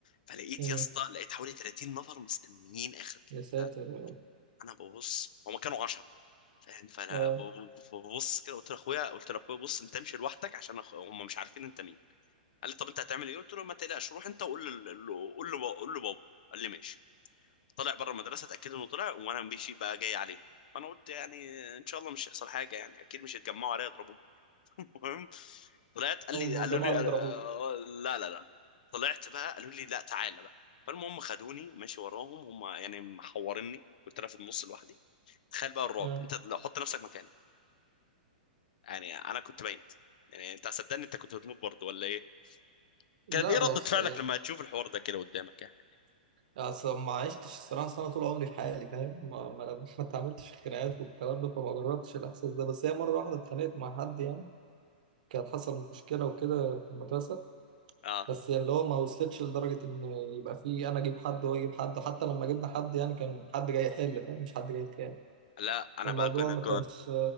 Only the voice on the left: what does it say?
فلقيت
يا اسطى لقيت حوالي 30 نفر مستنيين اخر
بتاع ده
انا ببص هما كانوا 10 فاهم فانا
ب- ببص كده قلت لاخويا قلت لاخويا بص انت امشي لوحدك عشان أخ- هما مش عارفين انت مين قال لي طب انت هتعمل ايه قلت له ما تقلقش روح انت وقول له قول له قول له بابا قال لي ماشي طلع بره المدرسه اتاكدوا انه طلع وانا ماشي بقى جاي عليه فانا قلت يعني ان شاء الله مش هيحصل حاجه يعني اكيد مش هيتجمعوا عليا يضربوني <laughs> المهم طلعت قال لي
قالوا لي
آه،
لا لا لا طلعت بقى قالوا لي لا تعالى بقى فالمهم خدوني ماشي وراهم هم يعني محورني كنت انا في النص لوحدي تخيل بقى الرعب
انت لو حط نفسك مكاني يعني انا كنت ميت يعني انت صدقني انت كنت هتموت برضه ولا ايه
كانت ايه
ردة فعلك
لما تشوف الحوار ده كده قدامك يعني
اه
لا انا
بقى كنت